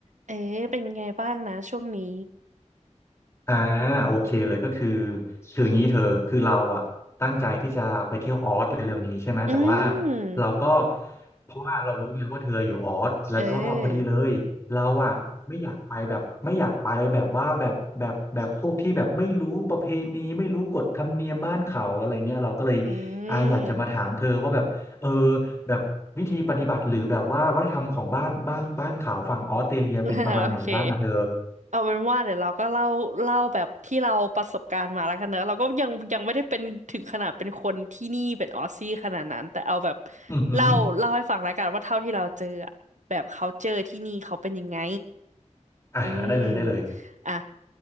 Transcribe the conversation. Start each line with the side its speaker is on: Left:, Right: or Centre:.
Right: เอ๊ะเป็นไงบ้างนะช่วงนี้
Left: อ่าโอเคเลยก็คือคืออย่างนี้เธอคือเราอ่ะตั้งใจที่จะไปเที่ยวออสเร็วๆนี้ใช่ไหมแต่ว่า
Right: อืม
Left: เราก็เพราะว่าเรารู้ไงว่าเธออยู่ออสแล้วก็พอดีเลยเราอ่ะไม่อยากไปแบบไม่อยากไปแบบว่าแบบแบบแบบพวกที่แบบไม่รู้ประเพณีไม่รู้กฎธรรมเนียมบ้านเขาอะไรเงี้ยเราก็เลย
Right: เอออืม
Left: อาอยากจะมาถามเธอว่าแบบเออแบบวิธีปฏิบัติหรือแบบว่าวัฒนธรรมของบ้านบ้านบ้านเขาฝั่งออสเตรเลียเป็นประมาณไหนบ้างอะเธอ
Right: <laughs> โอเคเอาเป็นว่าเดี๋ยวเราก็เล่าเล่าแบบที่เราประสบการณ์มาแล้วกันเนอะเราก็ยังยังไม่ได้เป็นถึงขนาดเป็นคนที่นี่เป็นออสซี่ขนาดนั้น แต่เอาแบบ
Left: อือหือ
Right: เล่าเล่าให้ฟังแล้วกันว่าเท่าที่เราเจออะแบบ culture ที่นี่เขาเป็นยังไง
Left: อ่าฮะได้เลยได้เลย
Right: อืมอ่ะ